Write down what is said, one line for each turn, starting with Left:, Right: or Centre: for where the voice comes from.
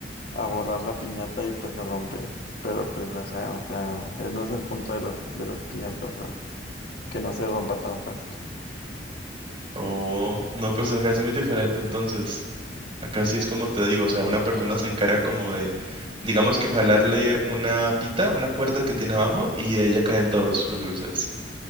Left: a volar la piñata y pues se rompe. Pero pues ajá, o sea, eh, no es el punto de las, de las piñatas, o sea, que no se rompa tan fácil.
Right: Oh, no, pues acá es muy diferente entonces. Acá sí es como te digo, o sea, una persona se encarga como de, digamos que jalarle una pita, una cuerda que tiene abajo y de ahí ya caen todos los dulces.